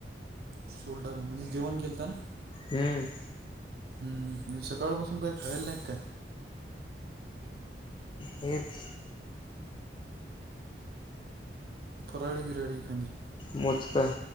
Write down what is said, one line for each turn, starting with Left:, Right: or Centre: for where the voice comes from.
Right: सोडल का म्हणजे जेवण केलता ना?
Left: हू अ.
Right: हू हू सकाळ पासून काही खायल नाही काय?
Left: हेच.
Right: फराळी गिराळी एकांदी
Left: मोजकाच.